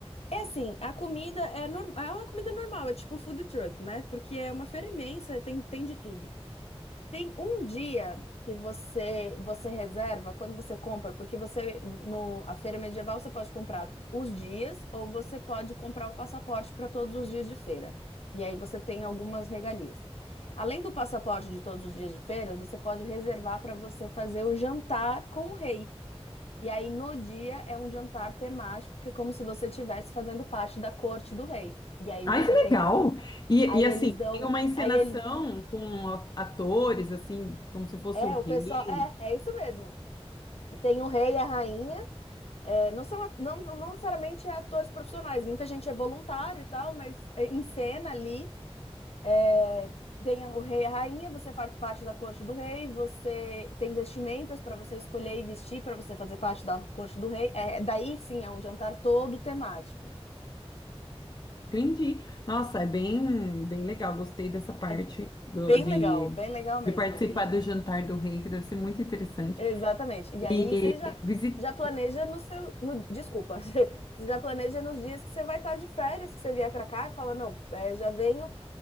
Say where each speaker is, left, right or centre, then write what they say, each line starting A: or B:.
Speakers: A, on the left; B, on the left.
A: É assim, a comida é, norma- é uma comida normal, é tipo food truck, né? Porque é uma feira imensa, tem, tem de tudo. Tem um dia que você você reserva quando você compra, porque você no a feira medieval você pode comprar os dias ou você pode comprar o passaporte para todos os dias de feira. E aí você tem algumas regalias. Além do passaporte de todos os dias de feira, você pode reservar para você fazer o jantar com o rei. E aí, no dia, é um jantar temático que é como se você estivesse fazendo parte da corte do rei. E aí
B: Ai,
A: você
B: que legal!
A: tem as...
B: E,
A: Aí
B: e assim,
A: eles dão.
B: tem uma encenação
A: Aí eles.
B: com a- atores, assim, como se fosse
A: É,
B: o rei.
A: o pessoal. É, é isso mesmo. Tem o rei e a rainha. É, não são, a- não, não necessariamente é atores profissionais. Muita gente é voluntário e tal, mas é, em cena ali. é, Tem o rei e a rainha, você faz parte da corte do rei, você tem vestimentas para você escolher e vestir para você fazer parte da corte do rei. É, daí sim é um jantar todo temático.
B: Entendi. Nossa, é bem, bem legal. Gostei dessa parte
A: É
B: do,
A: bem
B: de,
A: legal, bem legal mesmo.
B: de participar
A: E
B: do jantar do rei, que deve ser muito interessante.
A: exatamente. E aí
B: E
A: você já,
B: visit,
A: já planeja no seu, no, desculpa, <laughs> você já planeja nos dias que você vai estar de férias, que você vier para cá e fala, não, é, já venho,